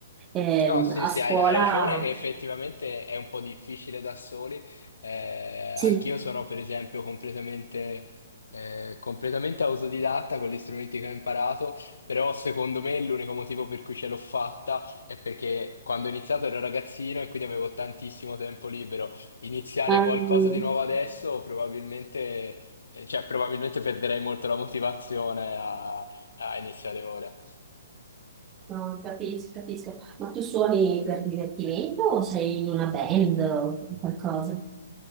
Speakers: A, on the right (about 20°); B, on the left (about 75°).
A: Ehm,
B: No, sì,
A: a
B: sì,
A: scuola...
B: hai, hai ragione che effettivamente è un po' difficile da soli. Eh,
A: Sì.
B: anch'io sono, per esempio, completamente, eh, completamente autodidatta con gli strumenti che ho imparato, però secondo me l'unico motivo per cui ce l'ho fatta è perché quando ho iniziato ero ragazzino e quindi avevo tantissimo tempo libero. Iniziare
A: Ehm,
B: qualcosa di nuovo adesso probabilmente, eh, cioè, probabilmente perderei molto la motivazione a a iniziare ora.
A: No, capisco, capisco. Ma tu suoni per divertimento o sei in una band o qualcosa?